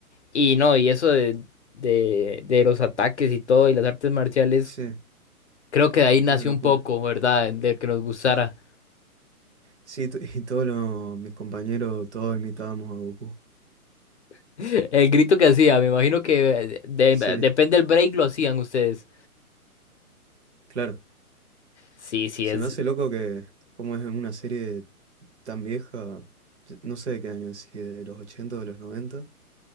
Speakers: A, on the left; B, on the right.
A: y no, y eso de, de, de los ataques y todo y las artes marciales,
B: Sí,
A: creo que de ahí nació
B: una locura.
A: un poco, ¿verdad? De que nos gustara.
B: Sí, to- y todos los, mis compañeros, todos imitábamos a Goku.
A: <laughs> El grito que hacía, me imagino que de-
B: Sí,
A: depende del break lo hacían ustedes.
B: claro.
A: Sí, sí,
B: Se
A: es,
B: me hace loco que, como es una serie tan vieja, yo no sé de qué año es, si de los 80 o de los noventa